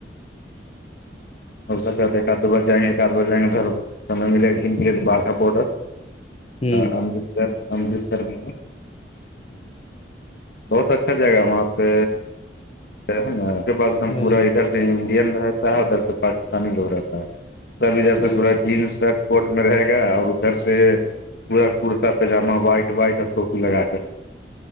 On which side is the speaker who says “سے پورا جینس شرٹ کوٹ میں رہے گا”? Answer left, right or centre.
Left